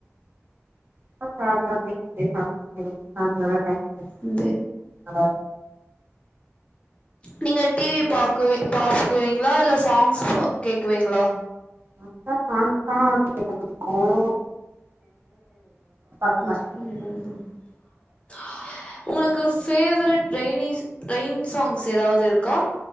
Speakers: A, on the right; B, on the left.
A: <unintelligible>
B: <inaudible>
A: நல்லா
B: நீங்க டி வி பாக்குவி பாக்குவீங்ளா இல்ல சாங்ஸ் கேக்குவீங்ளா
A: <unintelligible> சாங்ஸ்தா கேக்க புடிக்கு <inaudible>
B: சேரி எல்லா <inaudible> உங்குளுக்கு ஃபேவரெட் ரெய்னிஸ் ரெயின் சாங்ஸ் எதாவது இருக்கா